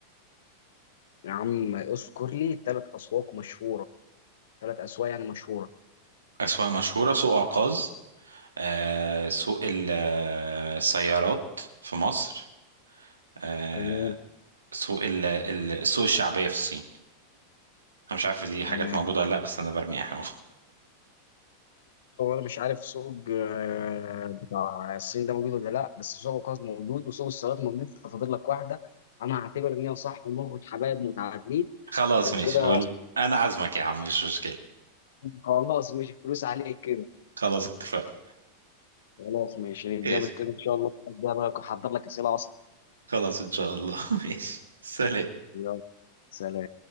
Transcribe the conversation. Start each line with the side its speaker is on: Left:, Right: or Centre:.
Left: يا عم اذكر لي ثلاث اسواق مشهوره ثلاث اسواق يعني مشهوره
Right: أسواق مشهورة سوق عكاظ آه سوق ال- آه، السيارات في مصر آه
Left: تمام
Right: سوق ال- ال- السوق الشعبية في الصين أنا مش عارف دي حاجات
Left: تمام
Right: موجودة ولا لأ بس أنا برمي أي حاجة
Left: هو انا مش عارف سوق آه، بتاع الصين ده موجود ولا لا بس سوق القفص موجود وسوق السيارات موجود ففاضل لك واحده انا هعتبر ان هي صح ونخرج حبايب متعادلين
Right: خلاص
Left: وكده
Right: ماشي هو انا عازمك يا عم مش مشكلة
Left: خلاص مش فلوس عليك كده
Right: خلاص اتفقنا
Left: خلاص ماشي نتقابل
Right: ماشي
Left: كده ان شاء الله هبقى احضر لك اسئله اصعب
Right: خلاص ان شاء الله <laughs> ماشي سلام
Left: يلا سلام